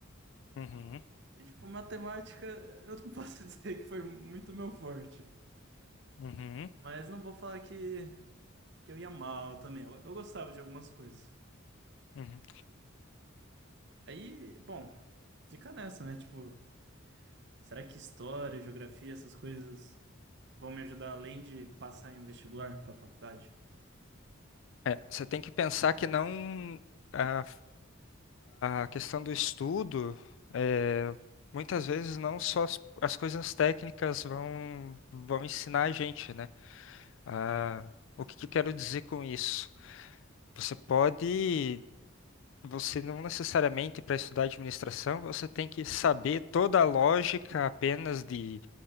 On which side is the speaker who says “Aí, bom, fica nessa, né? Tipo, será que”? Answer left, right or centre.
Right